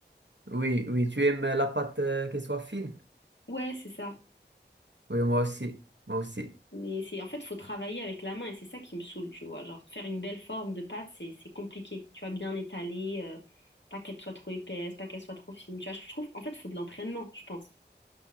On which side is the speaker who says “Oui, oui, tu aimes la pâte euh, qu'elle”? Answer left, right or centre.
Right